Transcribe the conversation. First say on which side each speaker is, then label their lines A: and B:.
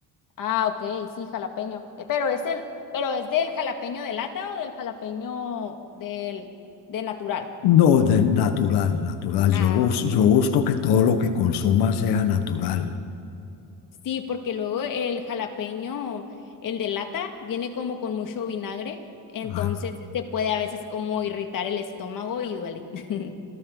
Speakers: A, on the left; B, on the left.
A: Ah, ok, sí, jalapeño. Eh, Pero es el, pero es del jalapeño de lata o del jalapeño del, de natural.
B: No, de- natural, natural.
A: Ah,
B: Yo, bus-
A: ok.
B: yo busco que todo lo que consuma sea natural.
A: Sí, porque luego el jalapeño, el de lata, viene como con mucho vinagre, entonces
B: Ah,
A: este puede a veces como irritar el estómago y duele. <laughs>